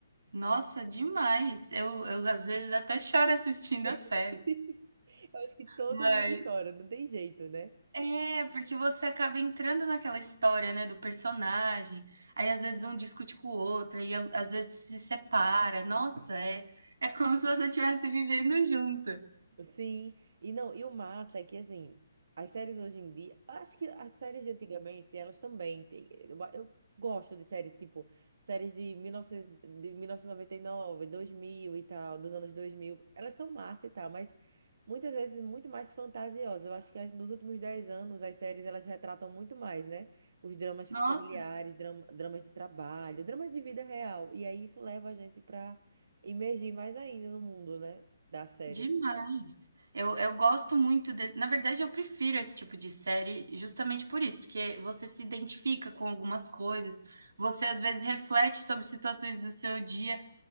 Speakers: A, on the right; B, on the right.
A: Nossa, demais. Eu eu às vezes até choro assistindo a série,
B: <laughs> Eu acho que todo
A: mas
B: mundo chora, não tem jeito, né?
A: é, porque você acaba entrando naquela história, né, do personagem, aí às vezes um discute com o outro, aí a às vezes se separa. Nossa, é é como se você estivesse vivendo junto.
B: Sim, e não, e o massa é que assim, as séries hoje em dia, acho que as séries de antigamente, elas também têm. Eu, eu gosto de séries tipo séries de 1900 de mil novecentos e noventa e e nove dois mil e tal, dos anos dois mil Elas são massa e tal, mas muitas vezes muito mais fantasiosas. Eu acho que as- nos últimos 10 anos as séries elas retratam muito mais, né? Os dramas
A: Nossa,
B: familiares, dram- dramas de trabalho, dramas de vida real. E aí isso leva a gente pra imergir mais ainda no mundo, né? Da série,
A: demais.
B: assim.
A: Eu eu gosto muito de na verdade eu prefiro esse tipo de série justamente por isso, porque você se identifica com algumas coisas, você às vezes reflete sobre situações do seu dia,